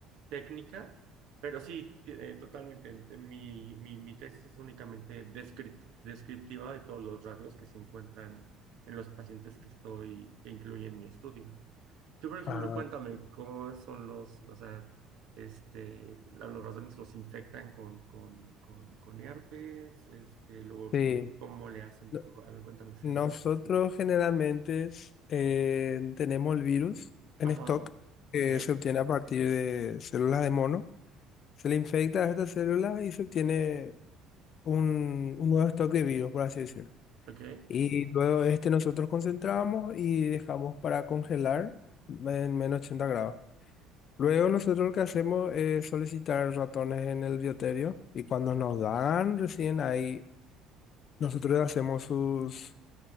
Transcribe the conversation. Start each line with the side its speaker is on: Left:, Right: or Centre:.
Right: técnica, pero sí, ti- eh, totalmente. en- en Mi, mi, mi tesis es únicamente descrip- descriptiva de todos los rasgos que se encuentran en los pacientes que estoy, que incluye en mi estudio. Tú, por ejemplo,
Left: Ah,
Right: cuéntame cómo son los, o sea, este, la- los ratones los infectan con, con, con, con herpes, este, luego,
Left: sí.
Right: ¿cómo le hacen?
Left: No-
Right: A ver, cuéntame. ese.
Left: Nosotros generalmente eh, tenemos el virus en
Right: Ajá,
Left: stock que
Right: ok,
Left: se obtiene a partir de células de mono. Se le infecta a estas células y se obtiene un, un nuevo stock de virus, por así decirlo.
Right: ok.
Left: Y luego este nosotros concentramos y dejamos para congelar en menos 80 grados. Luego nosotros lo que hacemos es solicitar ratones en el bioterio y cuando nos dan recién ahí, nosotros hacemos sus...